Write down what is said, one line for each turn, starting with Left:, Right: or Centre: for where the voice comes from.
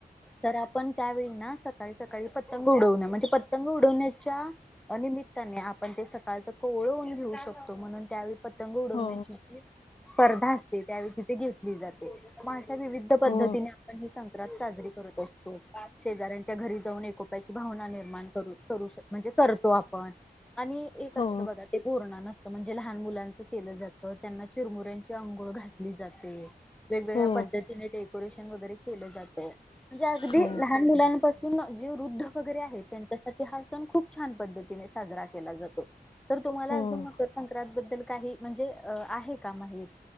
Centre: तर आपण त्यावेळी ना सकाळी सकाळी पतंग उडवणं म्हणजे पतंग उडवण्याच्या निमित्ताने आपण ते सकाळच कोवळं ऊन घेऊ शकतो म्हणून त्यावेळी पतंग उडवण्याची
Left: हो
Centre: स्पर्धा असते त्यावेळी तिथे घेतली जाते मग अशा विविध पद्धतीने
Left: हो
Centre: आपण ही संक्रात साजरी करत असतो शेजाऱ्यांच्या घरी जाऊन एकोप्याची भावना निर्माण कर करू म्हणजे करतो आपण आणि एक
Left: हो
Centre: असतं बघा ते बोरन्हान असतं म्हणजे लहान मुलांच केलं जातं त्यांना चिरमुऱ्यांची अंघो घातली जाते वेगवेगळ्या
Left: हो
Centre: पद्धतीने डेकोरेशन वगैरे केल जातं म्हणजे अगदी
Left: हो
Centre: लहान मुलांपासून जी वृद्ध वगैरे आहेत त्यांच्यासाठी हा सण खूप छान पद्धतीने साजरा केला जातो तर तुम्हाला
Left: हो
Centre: अजून मकर संक्रांत बद्दल काही म्हणजे अं आहे का माहीत